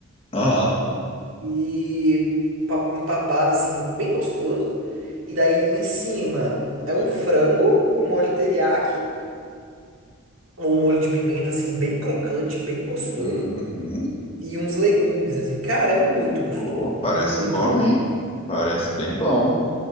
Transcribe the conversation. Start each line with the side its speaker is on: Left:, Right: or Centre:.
Left: aham.
Right: E pa- empapado assim, bem gostoso. E daí em cima é um frango com molho teriyaki, ou um molho de pimenta assim, bem crocante, bem gostoso.
Left: Uhum.
Right: E uns legumes, assim. Cara, é muito gostoso.
Left: Pô, parece
Right: Muito
Left: bom,
Right: gostoso.
Left: hein? Parece bem bom.